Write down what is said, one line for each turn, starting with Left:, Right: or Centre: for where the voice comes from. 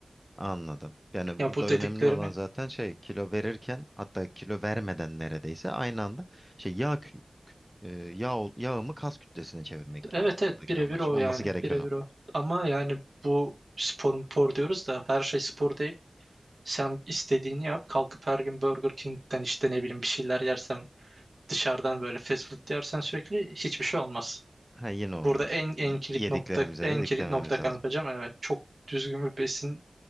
Centre: Anladım. Yani
Right: Ya
Centre: burada
Right: bu dediklerimin
Centre: önemli olan zaten şey kilo verirken hatta kilo vermeden neredeyse aynı anda şey yağ kü- e, yağ ol- yağımı kas kütlesine çevirmek gibi
Right: Evet evet
Centre: buradaki
Right: birebir
Centre: amaç.
Right: o
Centre: Olması
Right: yani
Centre: gereken
Right: birebir
Centre: o.
Right: o. Ama yani bu spor mu spor diyoruz da her şey spor değil. Sen istediğini yap kalkıp her gün Burger King'den işte ne bileyim bir şeyler yersen dışarıdan böyle fast food yersen sürekli hiçbir şey olmaz.
Centre: Ha yine olmaz.
Right: Burada en en
Centre: Y-
Right: kilit
Centre: Yediklerimize
Right: nokta en
Centre: de
Right: kilit
Centre: diklememiz
Right: nokta kankacığım
Centre: lazım.
Right: evet çok düzgün bir besin